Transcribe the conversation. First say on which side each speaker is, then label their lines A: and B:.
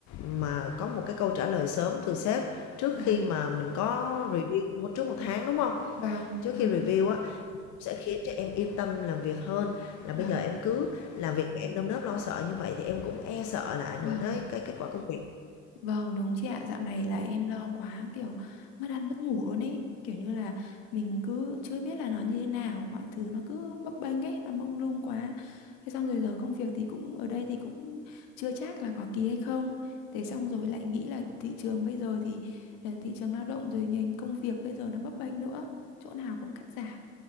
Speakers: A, on the left (about 50°); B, on the left (about 70°).
A: mà có một cái câu trả lời sớm từ sếp trước
B: Vâng.
A: khi mà mình có review một trước một tháng, đúng không
B: Vâng.
A: Trước
B: Vâng.
A: khi review
B: Vâng. Vâng.
A: á, sẽ khiến cho em yên tâm làm việc hơn là
B: Vâng.
A: bây giờ em cứ làm việc mà em nơm nớp lo sợ như vậy thì em cũng e sợ là ảnh hưởng
B: vâng.
A: tới cái kết quả công việc.
B: Vâng đúng chị ạ Dạo này là em lo quá kiểu mất ăn mất ngủ luôn ấy Kiểu như là mình cứ chưa biết là nó như thế nào Mọi thứ nó cứ bấp bênh ấy Nó mông lung quá Thế xong rồi giờ công việc thì cũng ở đây thì cũng chưa chắc là có ký hay không Thế xong rồi lại nghĩ là thị trường bây giờ thì ừ, Thị trường lao động rồi ngành công việc bây giờ nó bấp bênh nữa Chỗ nào cũng cắt giảm